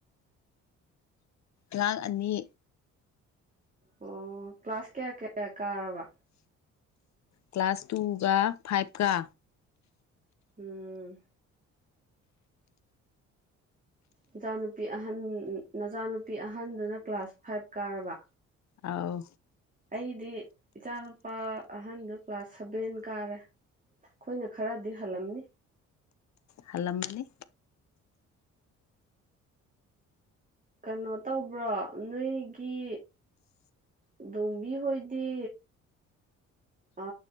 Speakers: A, on the left; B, on the right.
A: ꯂꯥꯛ ꯑꯅꯤ
B: ꯑꯣ ꯀ꯭ꯂꯥꯁ ꯀꯌꯥ ꯀꯌꯥ ꯀꯥꯔꯔꯕ
A: ꯀ꯭ꯂꯥꯁ ꯇꯨꯒ ꯐꯥꯏꯚꯀ
B: ꯎꯝ ꯅꯆꯥꯅꯨꯄꯤ ꯑꯍꯟ ꯅꯆꯥꯅꯨꯄꯤ ꯑꯍꯟꯗꯨꯅ ꯀ꯭ꯂꯥꯁ ꯐꯥꯏꯚ ꯀꯥꯔꯕ
A: ꯑꯥꯎ
B: ꯑꯩꯗꯤ ꯏꯆꯥꯅꯨꯄꯥ ꯑꯍꯟꯗ ꯀ꯭ꯂꯥꯁ ꯁꯚꯦꯟ ꯀꯥꯔꯦ ꯑꯩꯈꯣꯏꯅ ꯈꯔꯗꯤ ꯍꯜꯂꯝꯅꯤ
A: ꯍꯜꯂꯃꯅꯤ
B: ꯀꯩꯅꯣ ꯇꯧꯕ꯭ꯔꯣ ꯅꯣꯏꯒꯤ ꯗꯝꯕꯤ ꯍꯣꯏꯗꯤ ꯑ